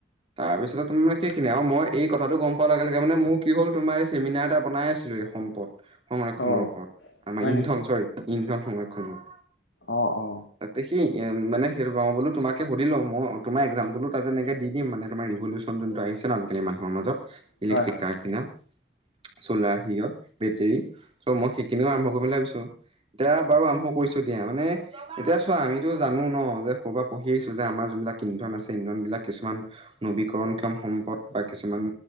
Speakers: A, on the right (about 35°); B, on the left (about 80°).
A: তাৰপিছতে তাৰ মানে সেইখিনি আৰু মই এই কথাটো গম পোৱাৰ লগে লগে মানে মোক কি হ'ল তোমাৰ এই চেমিনাৰ এটা বনাই আছিলো এই সম্পদ সংৰক্ষণৰ
B: অ
A: ওপৰত। আমাৰ
B: হয়
A: ইন্ধ
B: নেকি
A: ন চৰি ইন্ধন সংৰক্ষণৰ
B: অ অ।
A: তাতে সি ইয়ে মানে সেইটো পাৰো বোলো তোমাকে সুধিলো আও মই তোমাৰ একজাম্পোলো তাত তেনেকে দি দিম মানে তোমাৰ ৰিভলিউচন <unintelligible> যোনটো আহিছে না আজিকালি মানুহৰ মাজত ইলেক্ট্ৰিক
B: হয় হয়
A: কাৰ কিনা চলাৰ হেৰিঅত বেটেৰী ত' মই সেইখিনিও আৰম্ভ কৰিম বুলি ভাবিছো। এতিয়া বাৰু আৰম্ভ কৰিছো দিয়া মানে এতিয়া চোৱা আমিতো জানো ন যে সৰুৰ পৰা পঢ়ি আহিছো যে আমাৰ যোনবিলাক ইন্ধন আছে ইন্ধন বিলাক কিছুমান নবীকৰণ ক্ষম সম্পদ বা কিছুমান